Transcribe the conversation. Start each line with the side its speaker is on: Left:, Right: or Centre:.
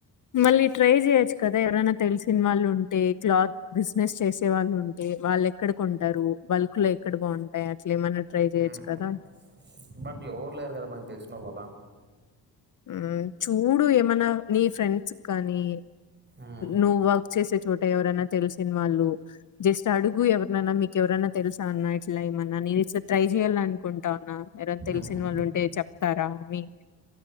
Left: మళ్ళీ ట్రై చేయొచ్చు కదా ఎవరైనా తెలిసిన వాళ్ళు ఉంటే క్లాత్ బిజినెస్ చేసే వాళ్ళు ఉంటే వాళ్ళు ఎక్కడ కొంటారు బల్క్ లో ఎక్కడ బాగుంటాయి అట్లా ఏమన్నా ట్రై చేయొచ్చు
Right: ఉమ్.
Left: కదా
Right: బట్ ఎవరు లేరు కదా మనకు తెలిసిన వాళ్ళు అలా
Left: ఉమ్ చూడు ఏమన్నా నీ ఫ్రెండ్స్ కానీ
Right: ఉమ్.
Left: నువ్వా చేసే చోట ఎవరైనా తెలిసిన వాళ్ళు జస్ట్ అడుగు ఎవరనైనా మీకు ఎవరైనా తెలుసా అన్న ఇట్లా మన్నా నేను ఇట్ల ట్రై చేయాలనుకున్నా కుంటా ఉన్నా ఎవరైనా తెలిసిన
Right: ఉమ్.
Left: వాళ్ళు ఉంటే చెప్తారా అని